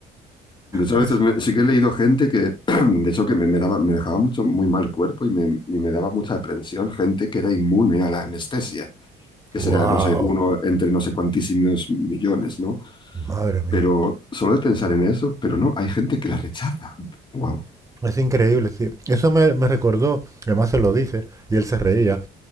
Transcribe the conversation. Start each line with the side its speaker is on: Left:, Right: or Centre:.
Left: de hecho
Right: Es,
Left: a veces me- sí que he leído gente que, <clears throat> de hecho, que me, me daba, me dejaba mucho, muy mal cuerpo y me, y me daba mucha aprensión gente que era inmune a la anestesia, que
Right: wow,
Left: será, no sé, uno entre no sé cuantísimos millones, ¿no?
Right: madre mía.
Left: Pero solo de pensar en eso, pero no, hay gente que la rechaza. Wow.
Right: Es increíble, sí. Eso me, me recordó, además se lo dije, y él se reía,